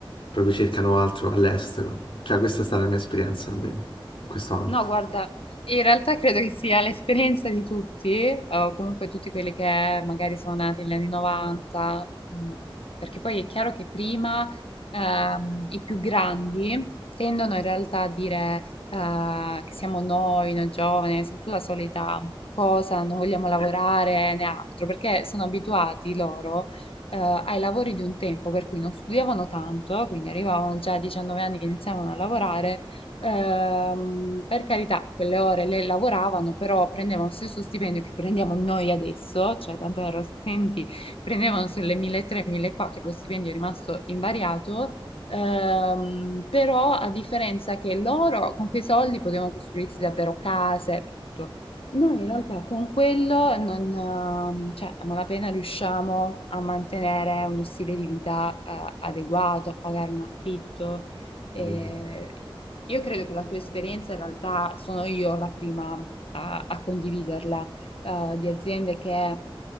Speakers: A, on the left (about 70°); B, on the left (about 85°).
A: proprio cercano altro all'estero. Cioè questa è stata la mia esperienza almeno in questo ambito,
B: No, guarda, in realtà credo che sia l'esperienza di tutti, o comunque tutti quelli che magari sono nati negli anni 90, mm, perché poi è chiaro che prima ehm, i più grandi tendono in realtà a dire eh, che siamo noi, noi giovani, è sempre la solita cosa, non vogliamo lavorare né altro, perché sono abituati loro eh, ai lavori di un tempo, per cui non studiavano tanto, quindi arrivavano già a 19 anni che iniziavano a lavorare Ehm, per carità, quelle ore le lavoravano, però prendevano lo stesso stipendio che prendiamo noi adesso, cioè davvero, se senti, prendevano sulle 1300-1400, lo stipendio è rimasto invariato, ehm, però a differenza che loro con quei soldi potevano costruirsi davvero case, tutto. Noi in realtà con quello non, ehm, cioè, a malapena riusciamo a mantenere uno stile di vita, eh, adeguato, a pagare un affitto. E
A: vero?
B: io credo che la tua esperienza in realtà sono io la prima a, a condividerla, eh, di aziende che